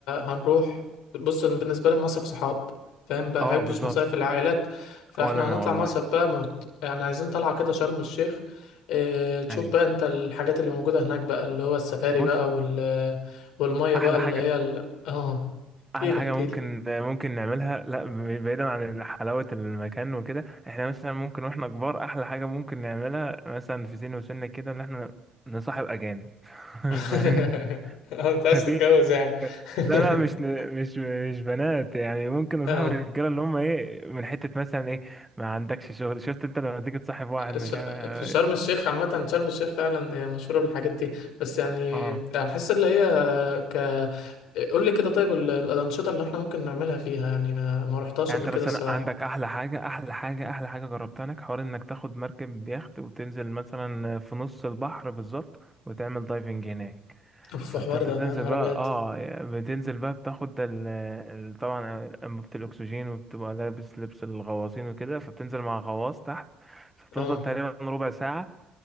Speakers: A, on the left; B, in the centre.
A: هنروح بص أنا بالنسبة لي المصيف صحاب فاهم بحبش
B: اه بالظبط
A: مصايف العائلات فاحنا
B: ولا انا
A: هنطلع
B: والله
A: مصيف بقى موت يعني عايزين طلعة كده شرم الشيخ اه تشوف
B: أيوة.
A: بقى انت الحاجات اللي موجودة هناك بقى اللي هو السفاري
B: بص
A: بقى وال والمية
B: احلى
A: بقى اللي
B: حاجه
A: هي ال... اه احكيلي
B: احلى حاجه
A: احكيلي
B: ممكن ممكن نعملها لا بعيدا عن حلاوه المكان وكده احنا مثلا ممكن واحنا كبار احلى حاجه ممكن نعملها مثلا في سن وسنة كده ان احنا نصاحب اجانب <laughs> فاهمني
A: <laughs> اه انت عايز
B: فدي
A: تتجوز يعني <laughs>
B: لا لا مش مش مش بنات يعني ممكن نصاحب
A: اه
B: الرجاله اللي هم ايه من حته مثلا ايه ما عندكش شغل شفت انت لما تيجي تصاحب واحد
A: الش-
B: مش عارف
A: في شرم الشيخ عامة شرم الشيخ فعلا هي مشهورة بالحاجات دي بس يعني
B: اه
A: أحس اللي هي ك قول لي كده طيب ال- الأنشطة اللي احنا ممكن نعملها فيها يعني ما ما رحتهاش
B: يعني
A: قبل
B: انت
A: كده
B: مثلا
A: الصراحة
B: عندك احلى حاجه احلى حاجه احلى حاجه جربتها انك حوار انك تاخد مركب بيخت وتنزل مثلا في نص البحر بالظبط وتعمل دايفنج هناك
A: اوف
B: فانت
A: الحوار
B: انت
A: ده
B: بتنزل
A: يا نهار
B: بقى
A: أبيض
B: اه بتنزل بقى بتاخد ال... ال- طبعا انبوبه الاكسجين وبتبقى لابس لبس الغواصين وكده فبتنزل مع غواص تحت فبتفضل
A: اه
B: تقريبا ربع ساعه